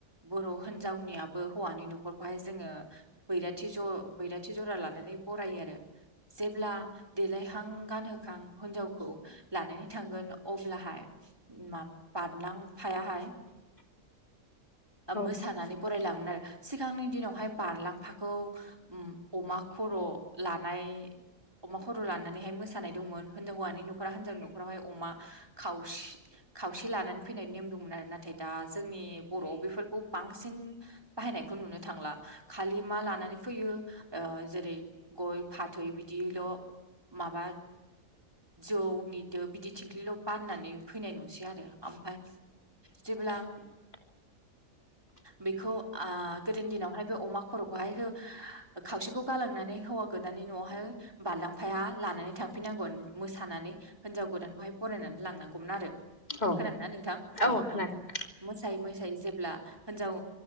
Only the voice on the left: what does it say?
<inaudible> औ
<inaudible>
<inaudible>
औ
खोनादों
नोंथां